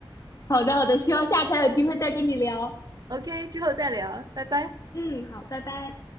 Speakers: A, on the left; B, on the right.
A: 好的，好的，希望下次还有机会再跟你聊。
B: OK，之后再聊，拜拜。
A: 嗯，好，拜拜。